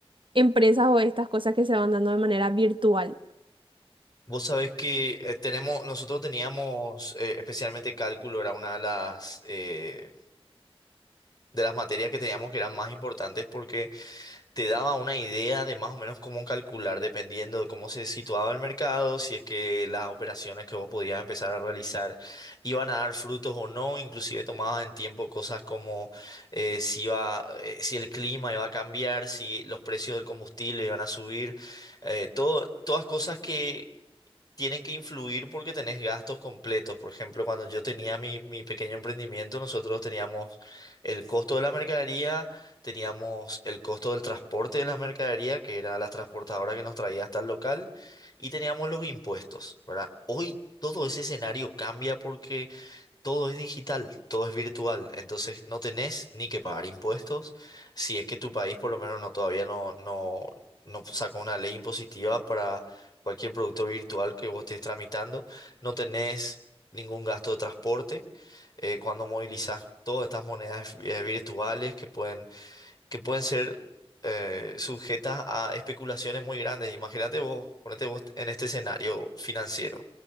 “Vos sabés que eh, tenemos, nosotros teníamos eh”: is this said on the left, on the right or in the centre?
Left